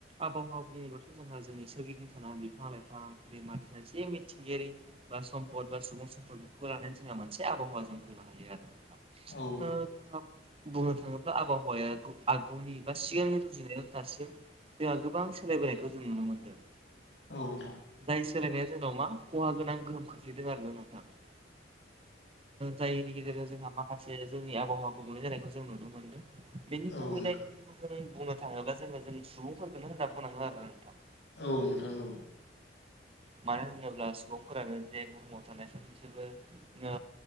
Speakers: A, on the right; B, on the left.
A: आबहावानि उनावथ' जोंहा जोंनि सोरगिदिं साना बिफां लाइफां दैमारि सानसे मिथिंगायारि। बा सम्पद बा सुबुं सम्फद बेफोरखौ लानानै जोंहा मोनसे आबहावा जों बुंनो हायो आरो नोंथां।
B: औ
A: जों बुंनो थाङोब्ला आबहावाया आगुनि बा सिगांनि। सुजुनायाव दासिम जोंहा गोबां सोलायबोनायखौ जों नुनो मोन्दों
B: औ नोंथां।
A: जाय सोलायनाया जोंनाव मा खहा गोनां गोहोम खोख्लैदों आरो ना नोंथाङा। जायनि गेजेरजों जोंहा माखासे जोंनि आबहावा गुबुंलै जानायखौ जों नुनो मोनदों। बेनि
B: औ
A: गुबै
B: नोंथां।
A: दायनिगिरिखौ जों बुंनो थाङोब्ला जोङो जों सुबुंफोरखौोननो हो दाबबोनाङो आरो नोंथां।
B: औ नोंथां औ।
A: मानो होनोब्ला सुबुंफोरानो जे बुहुमाव थानाय समजोबो